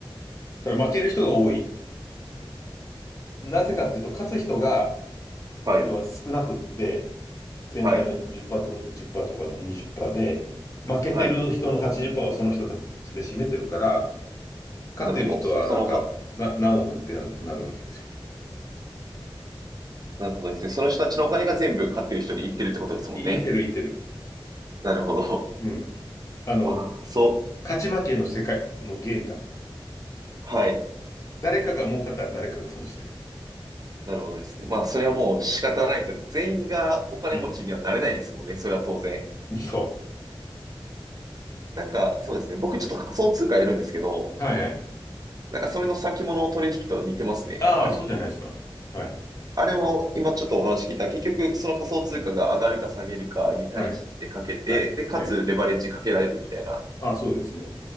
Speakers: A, on the left; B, on the right.
A: ただ負ける人が多い。なぜかっていうと、勝つ人が、
B: はい、
A: 要は少なくって、全体の10%
B: はい、
A: とか、1とか20%で、負けてる人の80%
B: はい。
A: をその人たちで占めてるから、勝ってる人はなんか、
B: なるほど。そのおか、
A: な、何億ってな、なるわけですよね。
B: なるほどですね。その人たちのお金が全部勝ってる人に行ってるってことですもんね。
A: い、いてる、いてる。
B: なるほど。
A: うん。
B: <laughs>
A: あの、
B: まあ、そう。
A: 勝ち負けの世界のゲームだから。
B: はい。
A: 誰かが儲かったら誰かが損してる。
B: なるほどですね。まあ、それはもう仕方ないですよ。全員がお金持ちにはなれないですもんね。
A: うん。
B: それは当然。
A: <laughs> そ
B: なんか、そうですね。僕ちょっと仮想通貨やるんですけど、
A: う。はいはい。
B: なんかそれの先物取引と似てますね。
A: ああ、
B: やっぱり。
A: そうじゃないですか。はい。
B: あれも今ちょっとお話聞いた。結局、その仮想通貨が上がるか下げるかに対してかけて、
A: はい。はい。
B: で、かつレバレッジかけられるみたいな
A: はい。ああ、そうですね。